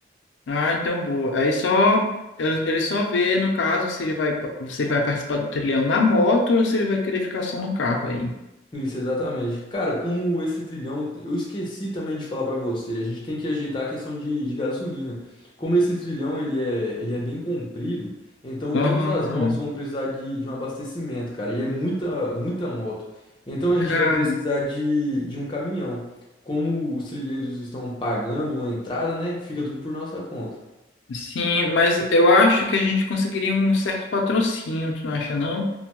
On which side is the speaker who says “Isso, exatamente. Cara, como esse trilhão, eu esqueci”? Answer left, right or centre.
Left